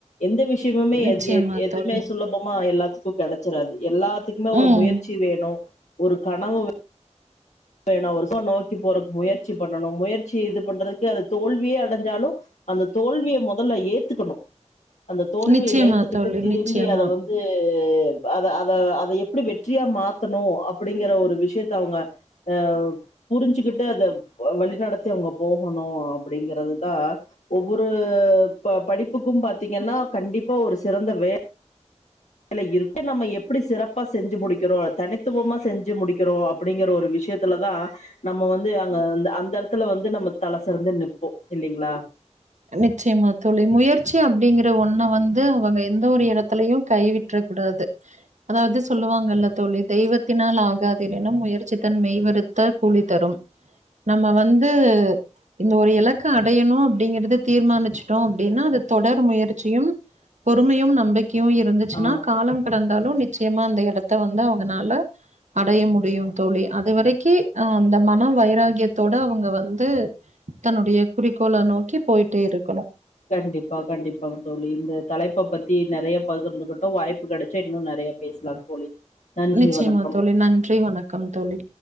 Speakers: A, on the left (about 70°); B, on the right (about 75°).
A: எந்த விஷ்யுமுமே
B: நிச்சயமா
A: எது எத் எதுமே
B: தோழி
A: சுலபம்மா எல்லாத்துக் ப்பு கெடச்சிறாது எல்லாத்துக்குமே ஒரு
B: ம்
A: முயற்சி வேணு ஒரு கனவு னா வருஷம் நோக்கி போறக்கு முயற்சி பண்ணணும் முயற்சி இது பண்றதுக்கு அது தோல்வியே அடைஞ்சாலும் அந்த தோல்வியை முதல்ல ஏ த்துக்கணும் அந்த தோல்வியை
B: நிச்சயமா
A: ஏத்துக்கிட்டு
B: தோழி
A: திரும்பி
B: நிச்சயமா
A: அதை வந்து ஹ அத அத அதை எப்படி வெற்றியா மாத்தணும் அப்படிங்கற ஒரு விஷயத்த அவங்க அஹ் புரிஞ்சுக்கிட்டு அதை வழிநடத்தி அவங்க போகணும் அப்படிங்கறதுதான் ஒவ்வொரு ப படிப்புக்கும் பாத்தீங்கன்னா கண்டிப்பா ஒரு சிறந்த வே இல இருக்க நம்ம எப்படி சிறப்பா செஞ்சு முடிக்கிறோம் தனித்துவமா செஞ்சு முடிக்கிறோம் அப்படிங்கிற ஒரு விஷயத்துலதான் நம்ம வந்து அங்க அ அந்த இடத்துல வந்து நம்ம தலை சிறந்து நிற்போம் இல்லலைங்களா
B: நிச்சயமா தோழி முயற்சி அப்படிங்கிற ஒன்ன வந்து அவங்க எந்த ஒரு இடத்துலயையும் கைவிட்ற கூடாது அதாவது சொல்லுவாங்கல்ல தோழி தெய்வத்தினால் ஆகாதுனன்னும் முயற்சி தன் மெய்வறுத்த கூலி தரும் நம்ம வந்து இந்த ஒரு இலக்க அடையணும் அப்படிங்கறது தீர்மானிச்சிடோம் அப்படின்னா அது தொடர் முயற்சியும் பொறுமையும் நம்பிக் கையு இருந்துச்சுன்னா
A: ஆ
B: காலம் கடந்தாலும் நிச்சயமா அந்த இடத்த வந்து அவங்கனால அடைய முடியும் தோழி அதுவரைக்கு அஹ் அந்த மனம் வைராகியத்தோட அவங்க வந்து தன்னுடைய குறிக்கோள நோக்கி போயி டே இருக்கணும்
A: கண்டிப்பா கண்டிப்பாங்க தோழி இந்த தலைப்ப பத்தி நிறைய பகர்ந்துக்கட்டும் வாய்ப்பு கிடைச்சா இன்னும் நிறைய பேசலாங்க தோழி நன்றி
B: நிச்சயமா
A: வணக்கம்
B: தோழி நன்றி வணக்கம் தோழி